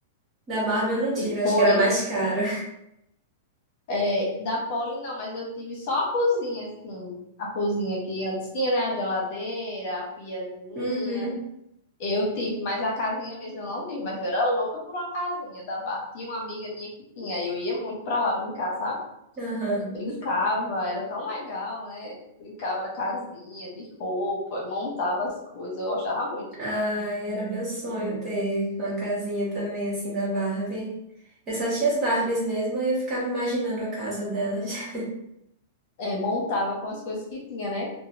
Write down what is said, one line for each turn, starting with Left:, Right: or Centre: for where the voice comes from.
Right: Da Barbie eu não tive,
Left: E
Right: acho
Left: foi.
Right: que era mais caro.
Left: é, da Polly, não, mas eu tive só a cozinha, assim. A cozinha que antes tinha, né? A geladeira, a piazinha.
Right: <laughs> Uhum,
Left: Eu tive, mas a casinha mesmo eu não tive, mas eu era louca por uma casinha da Barbie. Tinha uma amiga minha que tinha, e eu ia muito pra lá brincar, sabe?
Right: aham.
Left: E brincava, era tão legal, né? Brincava na casinha, de roupa, montava as coisas, eu gostava muito.
Right: Ai, era meu sonho ter uma casinha também, assim, da Barbie. Eu só tinha as Barbies mesmo, aí eu ficava imaginando a casa delas. <laughs>
Left: É, montava com as coisas que tinha, né?